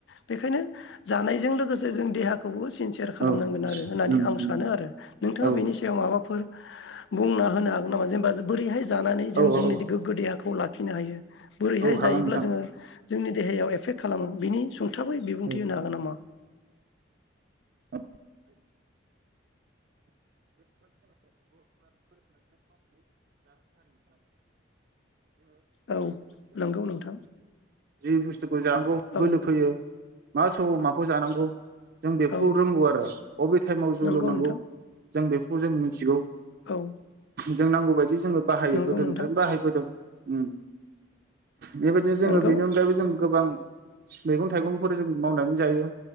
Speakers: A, on the left; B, on the right.
A: बेखायनो जानायजों लोगोसे जों देहाखौबो सिनसेयार खालामनांगोन
B: औ
A: आरो होननानै
B: उम
A: आं
B: उम
A: सानो आरो नोंथाङा
B: औ
A: बेनि सायाव माबाफोर बुंना होनो हा गोन नामा जेनेबा ज बोरैहाय जों
B: औ
A: जोंनि
B: औ
A: गोग्गो देहाखौ लाख खिनो हायो बोरैहाय
B: औ हागोन
A: जायोब्ला
B: नोंथां
A: जोङो जोंनि देहायाव एफेक्ट खालामो बिनि सुं थाबै बिबुंथि
B: औ
A: होनो हागोन नामा?
B: औ <unintelligible> <unintelligible>
A: औ नंगौ नोंथां
B: जि बुस्थुखौ जानांगौ बोलो
A: औ
B: फैयो मा समाव माखौ जानांगौ जों बेफोरखौ
A: औ
B: रोंगौ आरो अबे टाइमाव जौ
A: नंगौ
B: लोंनांगौ
A: नोंथां
B: जों बेखौ जों मिथिगौ
A: औ
B: जों नांगौ बायदि जोङो बाहायो
A: नंगौ
B: गोदोनिफ्रायनो
A: नोंथां
B: बाहायबोदों उम बेबायदिनो जोङो
A: नंगौ
B: बेनि अनगायैबो जों गोबां मैगं थाइगंफोर जों मावनानै जायो